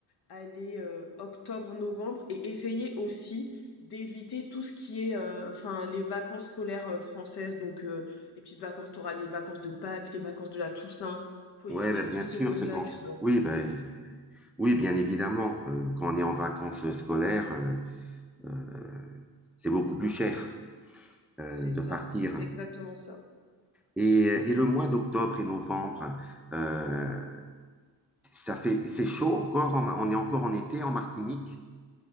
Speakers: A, on the left; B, in the centre.
A: aller euh, octobre-novembre et essayer aussi d'éviter tout ce qui est euh, enfin les vacances scolaires euh, françaises donc euh, les petites vacances tu auras les vacances de Pâques les vacances de la Toussaint faut éviter
B: Ouais, ben
A: toutes
B: bien
A: ces
B: sûr,
A: zones-là
B: c'est quand.
A: tu vois
B: Oui, ben oui, bien évidemment. euh, quand on est en vacances scolaires, euh, euh, c'est beaucoup plus cher euh,
A: c'est
B: de
A: ça
B: partir.
A: c'est exactement ça
B: Et, euh, et le mois d'octobre et novembre, euh, ça fait, c'est chaud encore. en- on est encore en été en Martinique.